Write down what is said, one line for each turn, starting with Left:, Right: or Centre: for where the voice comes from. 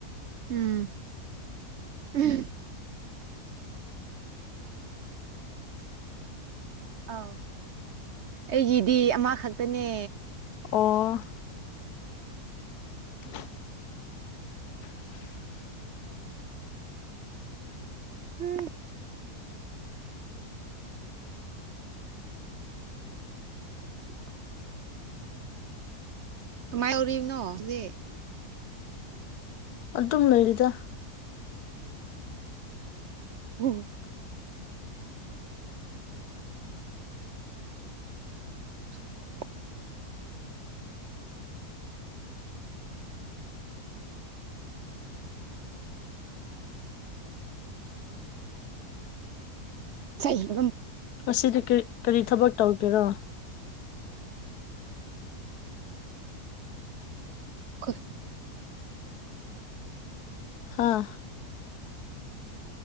Right: ꯎꯝ ꯎꯍꯝ <unintelligible> ꯑꯥꯎ ꯑꯩꯒꯤꯗꯤ ꯑꯃꯥ ꯈꯛꯇꯅꯦ꯫
Left: ꯑꯣ꯫ <inaudible>
Right: ꯎꯝ꯫ <inaudible> ꯀꯃꯥꯏ ꯎꯔꯤꯕꯅꯣ ꯖꯦ
Left: ꯑꯗꯨꯝ ꯂꯩꯔꯤꯗ꯫
Right: ꯎꯝ꯫ <unintelligible> ꯆꯩꯕꯒꯝ
Left: ꯉꯁꯤꯗꯤ ꯀ꯭ꯔꯤ ꯀꯔꯤ ꯊꯕꯛ ꯇꯧꯒꯦꯔꯣ꯫
Right: ꯈꯣꯏ꯫
Left: ꯍꯥꯥ꯫